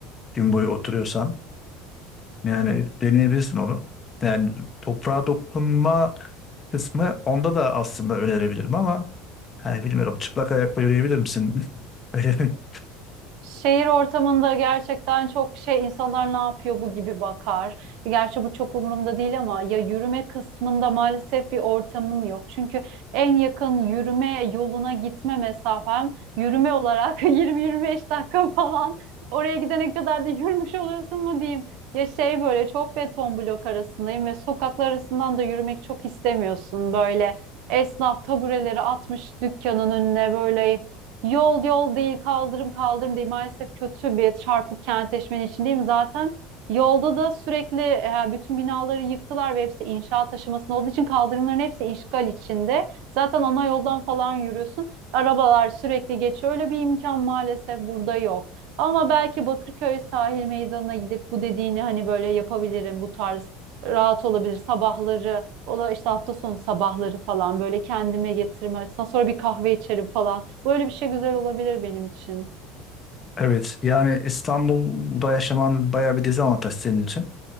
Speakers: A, on the left; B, on the right.
A: Gün boyu oturuyorsan yani deneyebilirsin onu. Yani toprağa dokunma kısmı onda da aslında önerebilirim ama hani bilmiyorum çıplak ayakla yürüyebilir misin? <laughs> <laughs>
B: Şehir ortamında gerçekten çok şey insanlar ne yapıyor bu gibi bakar. Gerçi bu çok umurumda değil ama ya yürüme kısmında maalesef bir ortamım yok. Çünkü en yakın yürüme yoluna gitme mesafem yürüme olarak <laughs> 20-25 dakika falan. Oraya gidene kadar da yürümüş oluyorsun mu diyeyim. Ya şey böyle çok beton blok arasındayım ve sokaklar arasından da yürümek çok istemiyorsun. Böyle esnaf tabureleri atmış dükkanın önüne böyle Yol yol değil, kaldırım kaldırım değil. Maalesef kötü bir çarpık kentleşmenin içindeyim. Zaten yolda da sürekli e, bütün binaları yıktılar ve hepsi inşaat aşamasında olduğu için kaldırımların hepsi işgal içinde. Zaten ana yoldan falan yürüyorsun. Arabalar sürekli geçiyor. Öyle bir imkan maalesef burada yok. Ama belki Bakırköy sahil meydanına gidip bu dediğini hani böyle yapabilirim. Bu tarz rahat olabilir. Sabahları, ola işte hafta sonu sabahları falan böyle kendime getirme açısından sonra bir kahve içerim falan. Böyle bir şey güzel olabilir benim için.
A: Evet yani İstanbul'da yaşaman bayağı bir dezavantaj senin için.